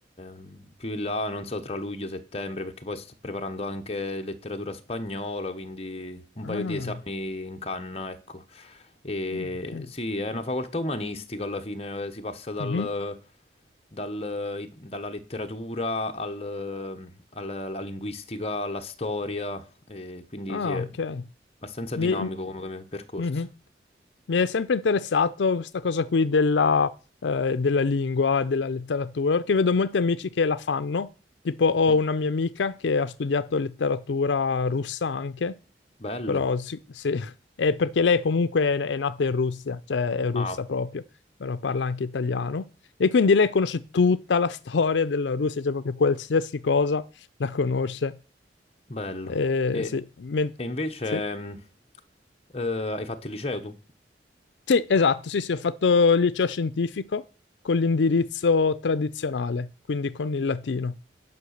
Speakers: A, on the left (about 35°); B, on the left (about 80°).
A: eh, più in là, non so, tra luglio e settembre, perché poi sto preparando anche letteratura spagnola, quindi un
B: Ah,
A: paio di esami in canna, ecco. E
B: ok.
A: sì, è una facoltà umanistica alla fine, eh, si passa dal-
B: Mhm.
A: dal- i- dalla letteratura al- alla, alla linguistica, alla storia, e quindi
B: Ah,
A: sì, è
B: ok.
A: abbastanza
B: Mi,
A: dinamico come come percorso.
B: mhm. Mi è sempre interessato questa cosa qui della, eh, della lingua, della letteratura, perché vedo molti amici che la fanno. Tipo, ho
A: No,
B: una mia amica che ha studiato letteratura russa anche,
A: bello.
B: però sì, sì, <laughs> è perché lei comunque è nata in Russia, cioè è russa
A: Ah,
B: proprio, però parla anche italiano. E quindi lei conosce tutta la storia della Russia, cioè proprio qualsiasi cosa la conosce.
A: Bello.
B: Eh,
A: E,
B: sì. men-
A: e invece
B: sì.
A: mh, eh, hai fatto il liceo tu?
B: Sì, esatto, sì, sì, ho fatto il liceo scientifico con l'indirizzo tradizionale, quindi con il latino.